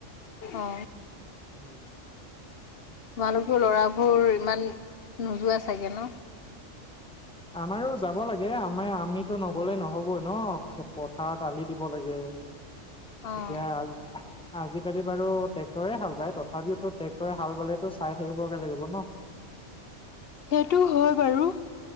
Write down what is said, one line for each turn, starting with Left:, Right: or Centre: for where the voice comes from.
Left: অ।
Centre: উম।
Left: তোমালোকো ল'ৰাবোৰ ইমান নোযোৱা চাগে ন?
Centre: আমাৰো যাব লাগে। আমাৰ আমিতো নগলে নহ'বই ন, পথাৰত আলি দিব লাগে।
Left: অ'।
Centre: এতিয়া আ আজিকালি বাৰু ট্ৰেক্টৰে হাল বায়। তথাপিওটো ট্ৰেক্টৰে হাল বালেতো চাই থাকিব বেয়া লাগিব ন। <inaudible>
Left: সেইটো হয় বাৰু।